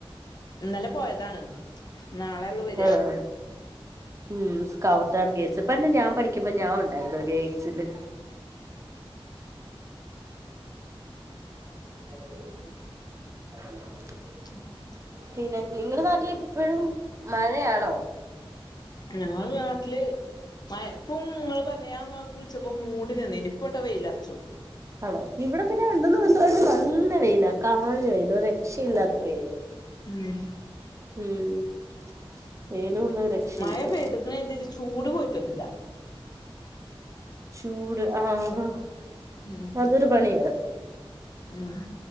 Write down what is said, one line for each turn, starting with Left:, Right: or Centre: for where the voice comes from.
Left: ഇന്നലെ പോയതാണ് നാളെള്ളു വരിക
Right: ആഹ ഉം സ്കൗട്ട് ആൻ ഗെയ്ട്സ് പറഞ്ഞെ ഞാൻ പഠിക്കുമ്പം ഞാൻ ഉണ്ടായിരുന്നു ഗേയ്ഡ്സിയില് <inaudible>
Left: <unintelligible>
Right: പിന്നെ നിങ്ങളുടെ നാട്ടിൽ ഇപ്പോഴും മഴയാണോ
Left: ഞങ്ങളടെ നാട്ടില് മഴ പ്പും ങ്ങ പറഞ്ഞ ഞാ ങ്ങക്കു വിളിച്ചപ്പോ മൂടി നിന്നി ഇനിപ്പോ ട്ടോ വെയിലറച്ചു.
Right: ആണോ ഇവിടെ പിന്നെ രണ്ട് മൂന്ന് ദിവസമായിട്ട് നല്ല വെയില കാഞ്ഞ വെയിൽ ഒരു രക്ഷയില്ലാത്ത വെയില്
Left: ഉം
Right: ഉം വെയിലും കൊണ്ട് ഒരു രക്ഷയില്ല
Left: മഴ പെയ്തുക്കണ് തി ചൂട് പോയിറ്റൊന്നില്ല
Right: ചൂട് ആഹ ആഹ
Left: ഉം
Right: അതൊരു പണിയ
Left: ഉം